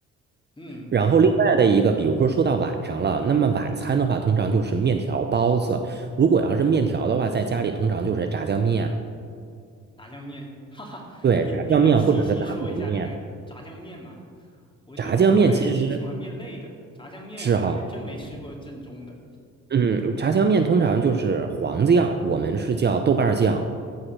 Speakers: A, on the left (about 15°); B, on the right (about 35°).
A: 嗯，
B: 然后另外的一个，比如说说到晚上了，那么晚餐的话，通常就是面条、包子。如果要是面条的话，在家里通常就是炸酱面，
A: 炸酱面，<laughs> 哈哈，
B: 对，
A: 您您能细细说一下这个炸酱面吗？
B: 炸酱面或者是打卤面。
A: 我觉得我还挺喜欢面类的，
B: 炸酱面其实
A: 炸酱面还真没吃过正宗的。
B: 是哈。嗯，炸酱面通常就是黄酱，我们是叫豆瓣儿酱。